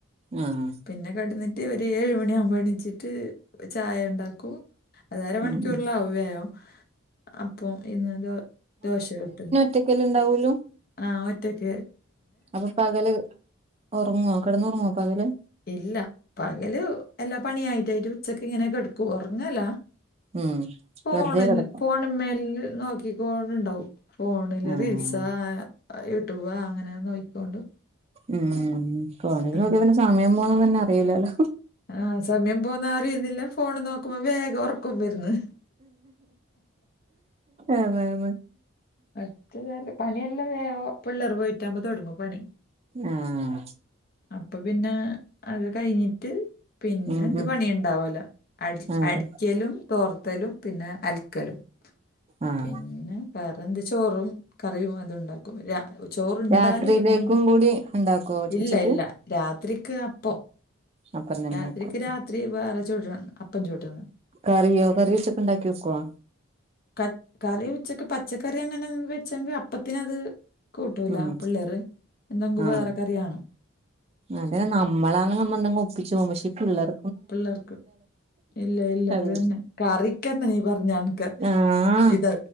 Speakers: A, on the right; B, on the left.
A: ആഹ്
B: പിന്നെ കെടന്നിട്ട് ഒരു ഏഴ് മണിയാവുമ്പോ എണിച്ചിട്ട് ചായണ്ടാക്കും അത് അരമണിക്കൂറിലാവും
A: ഉം
B: വേഗം അപ്പം ഇന്ന് ദോ ദോശ ചുട്ടത്
A: റ്റക്കല്ലേ ണ്ടാവുലൂ
B: ആഹ് ഒറ്റക്ക്
A: അപ്പോ പകല് ഒറങ്ങോ? കെടന്നൊർങ്ങോ പകല്
B: ഇല്ല പകല് എല്ലാ പണിയായിട്ടായിട്ടും. ഉച്ചക്ക് ഇങ്ങനെക്കെടുക്കും. ഒറങ്ങേല്ല
A: ഉം
B: ഫോണിൽ
A: വെറുതെ കിടക്കും
B: ഫോൺമ്മേൽല് നോക്കിക്കോണ്ട്ണ്ടാവും ഫോണില്
A: ആഹ്
B: റീൽസാ, യൂട്യൂബാ അങ്ങനെ നോക്കിക്കൊണ്ട്
A: ഉം ഫോണില്
B: അങ്ങനെ
A: നോക്ക്യ പിന്നെ സമയം പോണതന്നെ അറീല്ലാല്ലോ.
B: ആഹ് സമയം പോകുന്നത് അറീന്നില്ല. ഫോണ് നോക്കുമ്പോ വേഗ ഒർക്കും വെര്ന്ന്
A: അതാണ്
B: അത് കാരണം പണിയെല്ലാം വെയോ പിള്ളേർ പോയിറ്റാവുമ്പോ തൊടങ്ങും പണി.
A: ആഹ്
B: അപ്പ പിന്നെ അത് കഴിഞ്ഞിട്ട് പിന്നെ
A: ഉം
B: എന്ത്
A: ഉം
B: പണി ഇണ്ടാവൂല. അടി
A: അതെ
B: അടിക്കലും തോർത്തലും പിന്നെ അൽക്കലും.
A: ആഹ്
B: പിന്നെ വേറെ എന്ത്? ചോറും കറിയും അത്ണ്ടാക്കും. രാ ചോറുണ്ടാല്.
A: രാത്രിയിലേക്കും
B: മുൻ
A: കൂടി ഉണ്ടാക്കുവോ
B: ഇല്ല
A: ഉച്ചക്ക്
B: ഇല്ല രാത്രിക്ക് അപ്പം.
A: അപ്പം തന്നെ
B: രാത്രിക്ക്
A: ആക്കും
B: രാത്രി വേറെ ചുടാ. അപ്പം ചുട്ണ്.
A: കറിയോ കറി ഉച്ചക്ക്ണ്ടാക്കി വെക്ക്വോ?
B: ക കറി ഉച്ചക്ക് പച്ചക്കറി അങ്ങനെ വെച്ചെങ്കി അപ്പത്തിന് അത്. കൂട്ടൂല
A: ഉം
B: പിള്ളേറ് എന്തെങ്കും
A: ആഹ്
B: വേറെ കറിയാണം
A: അതെ നമ്മളാന്ന് നമ്മ എന്തെങ്കും ഒപ്പിച്ചും പക്ഷേ പിള്ളേർ
B: പിള്ളേർക്ക് ഇല്ല ഇല്ല
A: അവര്
B: അത് തന്നെ. കറിക്കന്നെ നീ പറഞ്ഞാൻക്ക്
A: ആഹ്
B: ഇത്